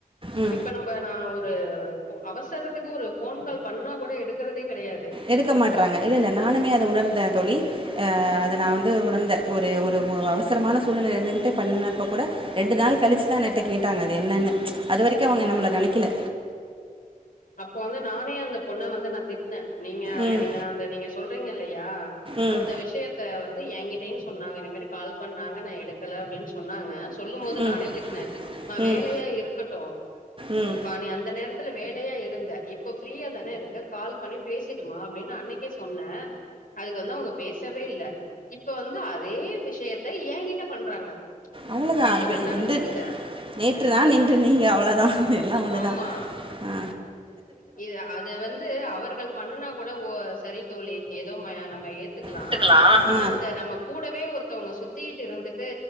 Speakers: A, on the right; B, on the left.
A: ம்
B: இப்ப நம்ப நா ஒரு ஒ அவசரத்துக்கு ஒரு ஃபோன் கால் பண்ணா கூட எடுக்கறதே கெடையாது
A: எடுக்க மாட்றாங்க இல்லல்ல நானுமே அது உணர்ந்தே தோழி ஆ அத நா வந்து உணர்ந்தே ஒரு ஒரு அவசரமான சூழ்நெலையில இருந்துகிட்டு பண்ணப்ப கூட ரெண்டு நாள் கழிச்சுதா எங்கள்ட்ட கேட்டாங்க அது என்னனு அது வரைக்கு அவங்க
B: ம்
A: நம்மள நனைக்கில
B: அப்போ வந்து நானே அந்த பொண்ண வந்து நா திப்பியு வெ நீங்க
A: ம்
B: நீங்க அந்த நீங்க சொல்றீங்கல்லயா
A: ம்
B: அந்த விஷயத்த வந்து எங்கிட்டயு சொன்னாங்க இந்த மாரி கால் பண்ணாங்க நா எடுக்கல அப்டின் சொன்னாங்க சொல்லும்போது
A: ம்
B: நானே திட்னே ம
A: ம்
B: வேலையா இருக்கட்டு
A: ம்
B: ப்பா நீ அந்த நேரத்துல வேல யா இருந்த இப்ப ஃப்ரீயா தான இருக் க கால் பண்ணி பேசிடுமா அப்டின் நா அன்னைக்கே சொன்ன அதுக்கு வந்து அவங்க பேசவே இல்ல இப்ப வந்து அதே விஷயத்த ஏங்கிட் ட பண்றாங்க
A: அவ்ளோ தா
B: நா அப்பதா
A: இப்ப இ
B: நெனச்சுக்கிட்டே
A: நின்று நேற்று தா நின்றுனீங்க அவ்ளோ தா எல்லா ஒன்னு
B: ஆமா
A: தா ஆ
B: இது அது வந்து அவர்கள் பண்ணுனா கூட ஓ சரி தோழி இப் எ தோ ம நம்ம ஏத் துக்கலா
A: எடுத்துக்கலாம்
B: ஆனா
A: ஆ
B: அந்த நம்ம கூடவே ஒருத்தவங்க சுத்திட்டிருந்துட்